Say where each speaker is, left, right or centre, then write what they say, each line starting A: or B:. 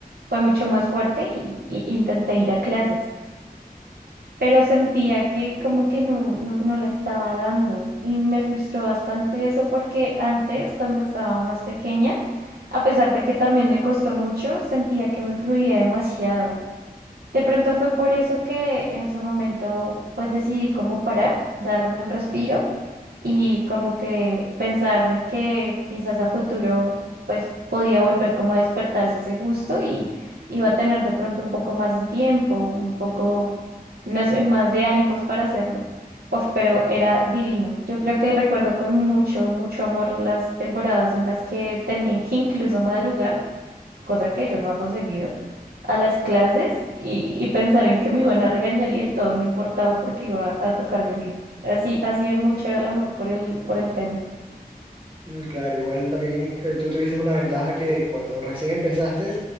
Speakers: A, on the right (about 80°); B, on the right (about 30°).
A: fue mucho más fuerte y, y intenté ir a clases, pero sentía que como que no, no, no la estaba dando y me frustró bastante eso porque antes, cuando estaba más pequeña, a pesar de que también me costó mucho, sentía que me fluía demasiado. De pronto fue por eso que en su momento pues decidí como parar, darme un respiro y como que pensar en que quizás a futuro pues podía volver como a despertarse ese gusto y iba a tener de pronto un poco más de tiempo, un poco, no sé, más de ánimos para hacerlo. Uf, pero era divino. Yo creo que recuerdo con mucho, mucho amor las temporadas en las que tenía que incluso madrugar, cosa que yo no hago seguido a las clases y, y pensar en que me iban a regañar y de todo no importaba porque iba a tocar violín. Así, así de mucho era el amor por el, por el tema.
B: Mm, Claro, igual también eh, tú tuviste una ventaja que cuando recién empezaste,